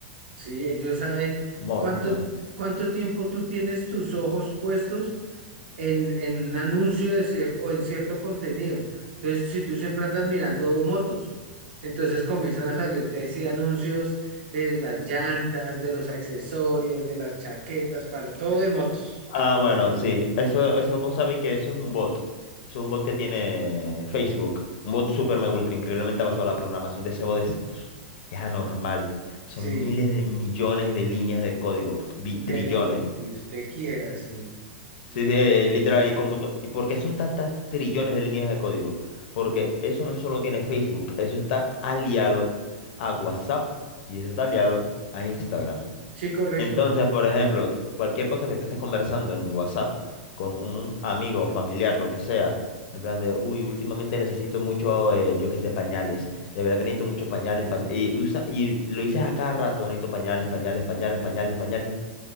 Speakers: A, on the right (about 80°); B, on the left (about 55°).
A: sí, ellos saben
B: Madre
A: cuánto,
B: mía.
A: cuánto tiempo tú tienes tus ojos puestos en, en un anuncio de cierto, o en cierto contenido. Entonces, si tú siempre andas mirando motos, entonces comienzan a salirte así anuncios de las llantas, de los accesorios, de las chaquetas, para todo de motos.
B: Ah,
A: Sí,
B: bueno,
A: sí,
B: sí. Eso, eso vos sabéis que eso es un bot. Eso es un bot que tiene Facebook. Un bot super mega ultra increíblemente basado avanzado. La programación de ese bot es, es anormal. Son
A: sí.
B: miles de millones de líneas de código. bi- trillones.
A: Pero lo que usted quiera, sí. Lo...
B: Sí, sí, eh, literal. Y como to- ¿Y por qué son tantas trillones de líneas de código? Porque eso no solo tiene Facebook. Eso está aliado a WhatsApp y eso está aliado a Instagram.
A: Sí, correcto.
B: Entonces, por ejemplo, cualquier cosa que tú estés conversando en WhatsApp con un amigo, familiar, lo que sea, en plan de, uy, últimamente necesito mucho, eh, yo qué sé, pañales. De verdad que necesito muchos pañales, pañales. Y, usa- y lo dices a cada rato, necesito pañales, pañales, pañales, pañales, pañales.